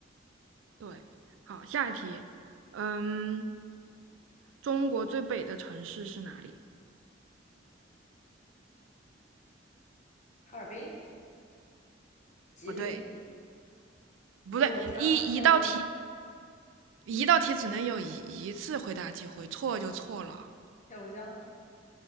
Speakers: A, on the right; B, on the left.
A: 对，好，下一题。嗯，中国最北的城市是哪里？
B: 哈尔滨、吉林、
A: 不对，不对，
B: 乌龙江、
A: 一一道题，
B: 黑龙
A: 一道题只能有一一次回答机会，错就错了。
B: 黑龙江。